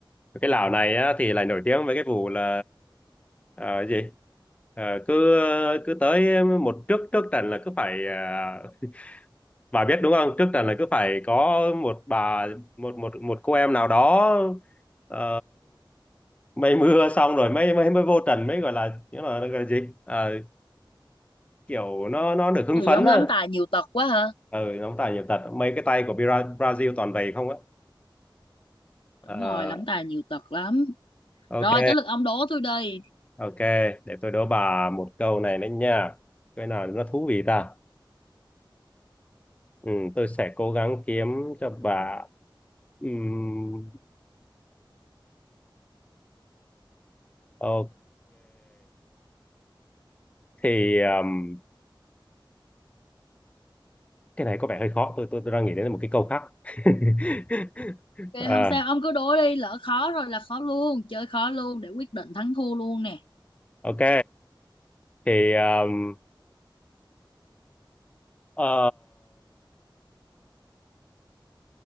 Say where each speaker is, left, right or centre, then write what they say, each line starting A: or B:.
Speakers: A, on the left; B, on the left.
A: Cái lão này á, thì lại nổi tiếng với cái vụ là ờ, gì? Ờ, cứ cứ tới một trước trước trận là cứ phải ờ, bà biết đúng không? Trước trận là cứ phải có một bà một một một cô em nào đó ờ, mây mưa xong rồi mới mới mới vô trận mới gọi là nghĩa là, gọi là gì? Ờ, kiểu nó nó được hưng
B: thì
A: phấn
B: giống
A: á.
B: lắm tài nhiều tật quá ha
A: Ừ, nó tài nhiều tật mấy cái tay của Bra- Brazil toàn vậy không á. Ờ,
B: đúng rồi lắm tài nhiều tật lắm
A: ok.
B: rồi tới lượt ông đố tôi đi
A: Ok, để tôi đố bà một câu này đấy nha. Cái nào nó thú vị ta? Ừ, tôi sẽ cố gắng kiếm cho bà. Ừm, ok, thì um, cái này có vẻ hơi khó. Tôi, tôi tôi đang nghĩ đến một cái câu khác. <laughs>
B: ok
A: à,
B: không sao ông cứ đố đi lỡ khó rồi là khó luôn chơi khó luôn để quyết định thắng thua luôn nè
A: ok, thì um, ờ,